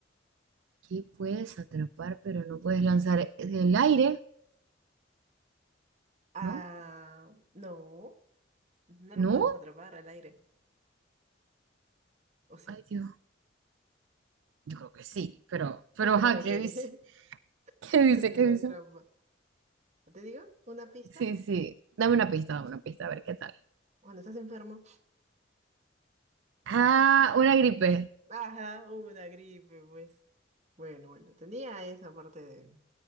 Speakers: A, on the right; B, on the right.
A: ¿Qué puedes atrapar pero no puedes lanzar del aire?
B: Ah,
A: ¿No?
B: no, no
A: ¿No?
B: lo podemos atrapar al aire. ¿O sí?
A: Ay, Dios. Yo creo que sí, pero, pero,
B: <laughs>
A: ajá,
B: Ok.
A: ¿qué
B: <laughs>
A: dice? <laughs>
B: <laughs>
A: ¿Qué
B: Sería
A: dice? ¿Qué dice?
B: trampa. ¿No ¿Te digo? ¿Una pista?
A: Sí, sí. Dame una pista, dame una pista, a ver qué tal.
B: Cuando estás enfermo.
A: Ah, una gripe.
B: Ajá, una gripe, pues. Bueno, bueno, tenía esa parte de...